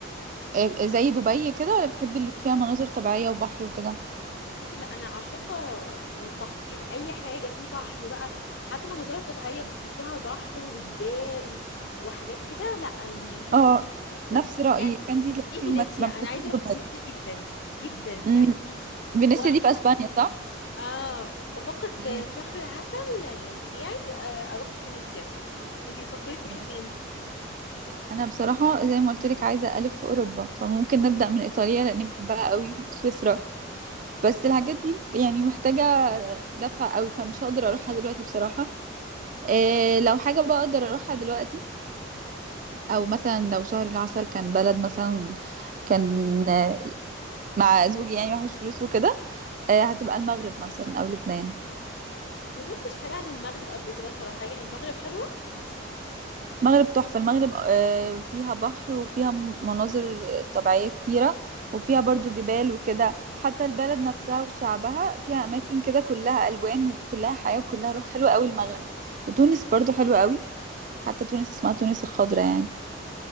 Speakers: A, on the right; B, on the left.
A: آه، زي دبي كده ولا بتحبي اللي فيها مناظر طبيعيه وبحر وكده
B: بصي لا انا عاشقة البحر يعني اي حاجة فيه بحر بقى حتى لو مظاهر طبيعية بس فيها بحر وجبال وحاجات كده لا يعني
A: اه
B: بروح جدا
A: نفس رأيي
B: يعني
A: فانتي تلاقيكي
B: في فينيسيا
A: ما ما بتحبيش
B: انا عايزة
A: دبي
B: اروح فينيسيا جدا جدا يعني
A: امم فينيسيا
B: وانا
A: دي
B: اصلا
A: في اسبانيا صح
B: اه بفكر في
A: امم
B: في شهر العسل يعني بتاعي آه، اروح فينيسيا انتي بتفكري تروحي
A: فينيسيا
B: فين
A: انا بصراحة زي ما قلت لك عايزة الف في اوروبا فممكن نبدأ من ايطاليا لاني بحبها قوي وسويسرا بس الحاجات دي يعني محتاجة دفع قوي فمش هقدر اروحها دلوقتي بصراحة إيه لو حاجة بقى اقدر اروحها دلوقتي او مثلا لو شهر العسل كان بلد مثلا كان آه، مع زوجي يعني معهوش فلوس وكده آه، هتبقى المغرب مثلا او لبنان
B: ما شفتش حاجه عن المغرب قبل كده صراحه يعني المغرب حلو
A: المغرب تحفة المغرب آه، فيها بحر وفيها م- مناظر طبيعية كتيرة وفيها برضو جبال وكده حتى البلد نفسها وشعبها فيها أماكن كده كلها ألوان وكلها حياة وكلها روح حلوة قوي المغرب وتونس برضو حلوة قوي حتى تونس اسمها تونس الخضراء يعني